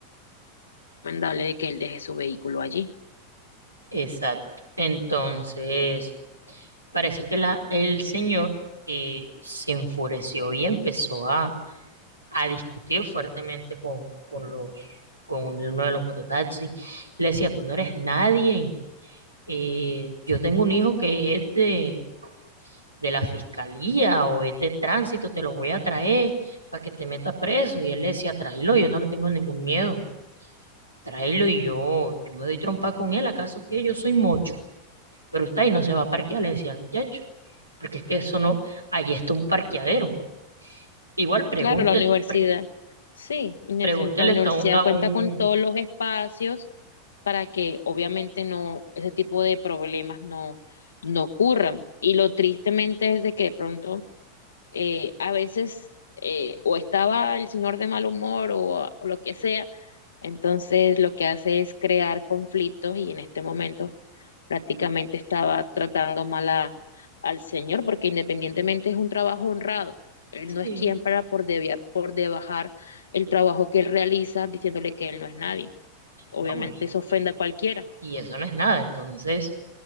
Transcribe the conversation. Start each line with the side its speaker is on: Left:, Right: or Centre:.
Left: recomendable de que él deje su vehículo allí.
Right: Exacto. Entonces, parece que la, el señor eh, se enfureció y empezó a a discutir fuertemente con, con los, con uno de los mototaxis. Le decía, tú no eres nadie. eh, yo tengo un hijo que es de, de la fiscalía o es de tránsito, te lo voy a traer para que te metas preso. Y él le decía, tráelo, yo no le tengo ningún miedo. Tráelo y yo, yo me doy trompa con él, ¿acaso que yo soy mocho? Pero está ahí, no se va a parquear, le decía al muchacho. Porque es que eso no, ahí está un parqueadero. Igual pregúntele,
Left: Claro, la universidad.
Right: pre-
Left: Sí, y
Right: pregúntele
Left: la la universidad
Right: esto a un, a
Left: cuenta
Right: un-
Left: con todos los espacios para que obviamente no, ese tipo de problemas no, no ocurran. Y lo tristemente es de que de pronto eh, a veces eh, o estaba el señor de mal humor o, o lo que sea, entonces lo que hace es crear conflictos y en este momento prácticamente estaba tratando mal a- al señor porque independientemente es un trabajo honrado. Él
Right: sí,
Left: no es quien para por, debia- por debajar el trabajo que él realiza diciéndole que él no es nadie. Obviamente
Right: ¿no? Y,
Left: eso ofende
Right: y-
Left: a cualquiera.
Right: y eso no es nada. Entonces,